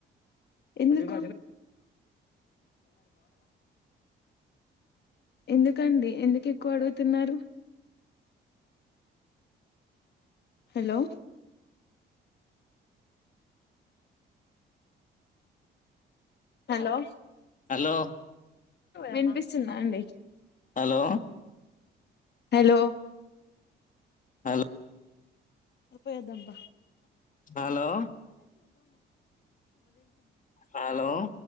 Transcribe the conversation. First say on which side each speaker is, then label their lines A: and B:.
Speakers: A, on the left; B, on the left.
A: ఎందుకు ఎందుకండి ఎందుకు ఎక్కువ అడుగుతున్నారు హలో హలో
B: హలో
A: వినిపిస్తుందా అండి
B: హలో
A: హలో
B: హల్
A: <unintelligible>
B: హలో హలో